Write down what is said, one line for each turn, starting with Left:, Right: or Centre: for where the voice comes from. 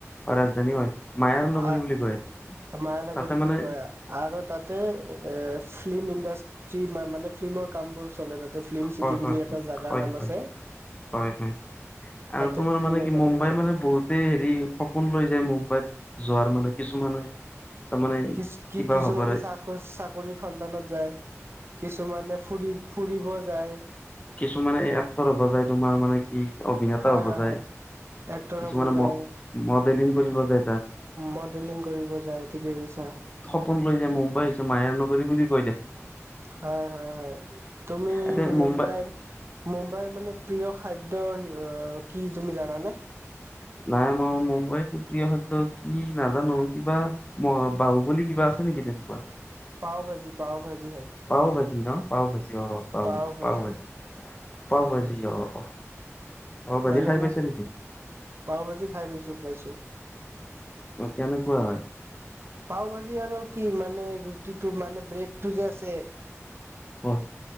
Left: ৰাজধানী হয়। মায়াৰ
Right: <unintelligible>
Left: নগৰী বুলি কয়
Right: মায়ানগৰী
Left: তাতে
Right: বুলি
Left: মানে
Right: কয় আৰু তাতে এ, ফিল্ম ইণ্ডাষ্ট্ৰিৰ মানে ফিল্মৰ কামবোৰ চ'লে তাতে। ফিল্ম
Left: হয়
Right: চিটি
Left: হয়
Right: বুলি এটা জাগাৰ
Left: হয়
Right: নাম
Left: হয়
Right: আছে।
Left: হয়, হয়, আৰু
Right: তাতে
Left: তোমাৰ
Right: ফিল্মৰ
Left: মানে কি
Right: কামবোৰ
Left: মুম্বাই
Right: চলে
Left: মানে বহুত হেৰি সপোন লৈ যায় মুম্বাইত যোৱাৰ মানে কিছুমানে। তাৰমানে
Right: কিছ -
Left: কিবা
Right: কিছুমানে
Left: হ'ব
Right: চা চাকৰি সন্ধানত ত যায়, কিছুমানে ফুৰি ফুৰিব যায়।
Left: কিছুমানে এই আত্তৰ হ'ব যায় তোমাৰ মানে কি অভিনেতা
Right: হয়
Left: হ'ব
Right: হয়
Left: যায়।
Right: হয় এক্টৰ
Left: কিছুমানে
Right: হ'ব যায়
Left: ম-মডেলিং কৰিব যায় তাত।
Right: মডেলিং কৰিব যায় তাত ঠিকেই কৈছা।
Left: <unintelligible> মুম্বাইছে মায়ানগৰী বুলি কৈ দে।
Right: হয়, হয়, হয়। তুমি
Left: এতে
Right: মুম্বাইৰ
Left: মুম্বাই
Right: মুম্বাইৰ মানে প্ৰিয় খাদ্য কি তুমি জানানে?
Left: নাই, মই মুম্বাইত প্ৰিয় খাদ্য কি নাজানোঁ কিবা ম বাহুবলি কিবা আছে নেকি তেনেকুৱা?
Right: পাওভাজি, পাৱভাজি হয়।
Left: পাও ভাজি ন'! পাওঁভাজি অ',
Right: পাও ভাজি
Left: পাওভাজি, পাওঁভাজি
Right: পাও ভাজি
Left: অ'। পাও ভাজি
Right: মানে
Left: খাই পাইছে নেকি
Right: পাওভাজি খাই পাইছোঁ, পাইছোঁ।
Left: অ', কেনেকুৱা হয়?
Right: পাওভাজি আৰু কি মানে ৰুটিটো মানে ব্ৰেডটো যে আছে!
Left: ক'ত?